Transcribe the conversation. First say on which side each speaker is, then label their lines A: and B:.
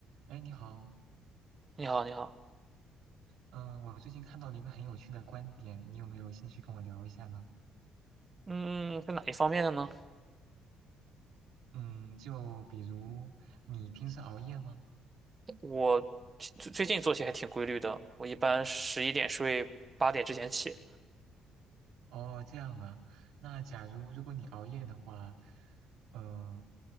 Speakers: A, on the right (about 80°); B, on the right (about 25°).
A: 哎，你好，
B: 你好，你好，
A: 嗯、我最近看到了一个很有趣的观点，你有没有兴趣跟我聊一下呢？
B: 嗯，是哪一方面的呢？
A: 嗯，就比如你平时熬夜吗？
B: 我最最近作息还挺规律的，我一般十一点睡，八点之前起。
A: 哦，这样啊，那假如如果你熬夜的话，嗯、